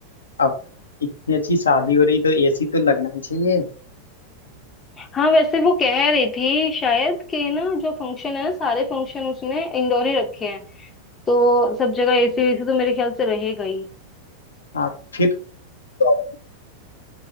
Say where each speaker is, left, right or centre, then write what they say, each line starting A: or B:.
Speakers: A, on the left; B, on the left.
A: अब इतनी अच्छी शादी हो रही तो एसी तो लगना ही चाहिए
B: हाँ वैसे वो कह रही थी शायद कि ना जो फंक्शन है ना सारे फंक्शन उसने इंडोर ही रखे हैं तो सब जगह एसी वेसी तो मेरे ख्याल से रहेगा ही
A: हाँ फिर तो,